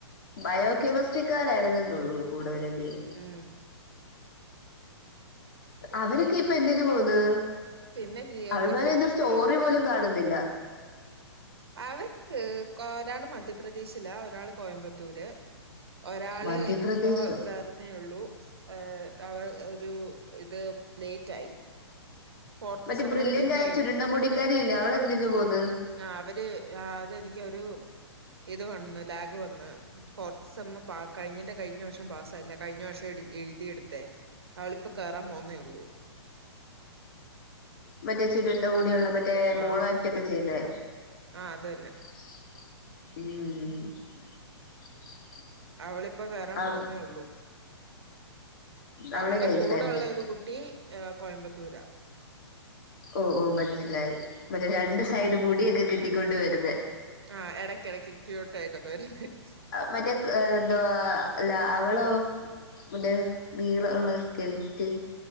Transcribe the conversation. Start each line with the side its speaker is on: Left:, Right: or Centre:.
Left: ബയോകെമിസ്ട്രിക്കലായിരുന്നു തോന്നുന്നു കൂടുതല് അയിൽ.
Right: ഉം
Left: അവരൊക്കെപ്പൊ എന്തിന് പോകുന്ന്?
Right: പിന്നെ ജിയോഗ്രഫി.
Left: അവൾമാരെ ഒന്നും സ്റ്റോറി പോലും കാണുന്നില്ല.
Right: അവര് ഒരാള് മധ്യപ്രദേശില. ഒരാള് കോയമ്പത്തൂര്. ഒരാള്
Left: മധ്യപ്രദേശോ
Right: ഇപ്പോ കർ ന്നേള്ളൂ അവ ഒരു ഇത് ലേറ്റ് ആയി. ഫോർത്ത്
Left: മറ്റേ
Right: സെമ്മ്
Left: ബ്രില്ലയന്റായ
Right: പിന്നെ
Left: ചുരുണ്ട മുടിക്കാരി ഇല്ലേ അവളെന്തിന് പോകുന്ന്?
Right: ആ അവര് അത എനിക്കൊരു ഇത് വന്ന് ലാഗ് വന്ന്. ഫോർത്ത് സമ്മം കഴിഞ്ഞന്റെ കഴിഞ്ഞ വർഷം പാസായില്ല കഴിഞ്ഞ വർഷം എഴുതിയെടുത്തെ. അവളിപ്പ കേറാൻ പോകുന്നേള്ളൂ
Left: മറ്റേ ചുരുണ്ട മുടിയുള്ള മറ്റേ മോണോആക്റ്റ്
Right: ആഹ്
Left: ഒക്കെ ചെയ്യുന്നേ
Right: ആഹ് അത് തന്നെ
Left: ഉം
Right: അവളിപ്പോ കേറാൻ
Left: ആഹ്
Right: പോകുന്നേള്ളൂ
Left: അവള്
Right: അവളുടെ
Left: നഴ്സായിരുന്നു
Right: കൂടെള്ള ഒരു കുട്ടി കോയമ്പത്തൂരാ
Left: ഓഹ് ഓഹ് മനസ്സിലായി മറ്റേ രണ്ട് സൈഡ് മുടിയൊക്കെ കെട്ടിക്കൊണ്ട് വരുന്നെ
Right: ആഹ് ഇടയ്ക്ക് ഇടയ്ക്ക് <unintelligible>
Left: മറ്റേ എന്തവാ ല അവളോ മറ്റേ നീളമുള്ള സ്കെൽറ്റ്